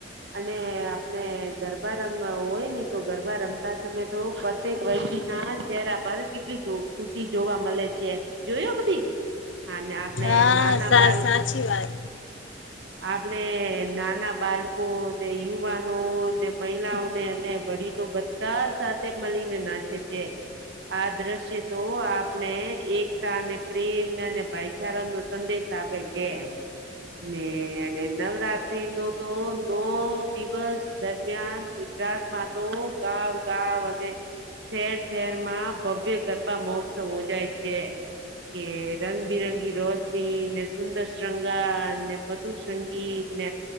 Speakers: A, on the right; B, on the left.
A: અને આપણે ગરબા રમ હોય ની તો ગરબા રમતા સમય તો ક વયટી ના ચહેરા પર કેટલી ખુશી જોવા મળે છે જોયો બધી અને આપણેે
B: હા
A: નાના
B: સા
A: બાલ
B: સાચી વાત
A: આપણે નાના બાળકો ને યુવાનો ને મહિલાઓને અને વડીલો બધા ત સાથે મળીને નાચે છે. આ દ્રશ્ય તો આપણે એકતા અને પ્રેમને અને ભાઈચારા નો સંદેશ આપે છે ને અને નવરાત્ર ત્રી નો તો નો દિવસ દરમિયાન ગુજરાતમાં તો ગાવ ગાવ અને શહેર શહેર માં ભવ્ય ગરબા મહોત્સવ જાય છે. કે રંગબિરંગી રોશની ને સુંદર શૃંગાર ને મધુર સંગીત